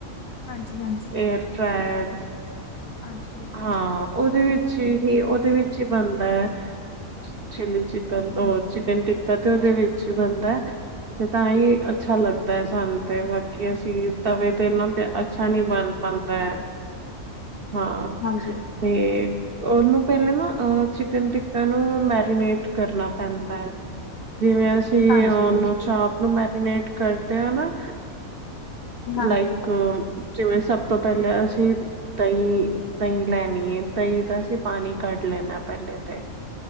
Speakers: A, on the left (about 60°); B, on the right (about 50°).
A: ਹਾਂਜੀ ਹਾਂਜੀ
B: ਏਅਰ ਫੈਰਾਇਰ
A: ਹਾਂਜੀ ਹਾਂਜੀ
B: ਹਾਂ ਉਹਦੇ ਵਿੱਚ ਹੀ ਉਹਦੇ ਵਿੱਚ ਹੀ ਬਣਦਾ ਹੈ ਚਿੱਲੀ ਚਿਕਨ ਤੋ ਚਿਕਨ ਟਿੱਕਾ ਤੇ ਉਹਦੇ ਵਿੱਚ ਬਣਦਾ ਤੇ ਤਾਂ ਹੀ ਅੱਛਾ ਲੱਗਦਾ ਹੈ ਸਾਨੰ ਤੇ ਬਾਕੀ ਅਸੀਂ ਤਵੇ ਤੇ ਨਾ ਅੱਛਾ ਨੀ ਬਣ ਪਾਦਾ ਐ, ਹਾਂ
A: ਹਾਂਜੀ
B: ਤੇ ਉਹਨੂੰ, ਪਹਿਲਾਂ ਨਾ ਅ ਚਿਕਨ ਟਿੱਕਟਾ ਨੂੰ ਮੈਰੀਨੇਟ ਕਰਨਾ ਪੈਂਦਾ ਹੈ ਜਿਵੇਂ, ਉਹਨੂੰ
A: ਹਾਂਜੀ
B: ਚਾਪ ਨੂੰ ਮੈਰੀਨੇਟ ਕਰਦੇ ਆ ਹਨਾ।
A: ਹਾਂਜੀ
B: ਲਾਈਕ ਜਿਵੇਂ ਸਭ ਤੋਂ ਪਹਿਲਾਂ ਅਸੀਂ ਦਹੀਂ ਦਹੀਂ ਲੈਣੀ ਹੈਏ ਦਹੀਂ ਦਾ ਅਸੀਂ ਪਾਣੀ ਕੱਢ, ਕਹਿੰਦਾ ਪਹਿਲੇ ਤੇ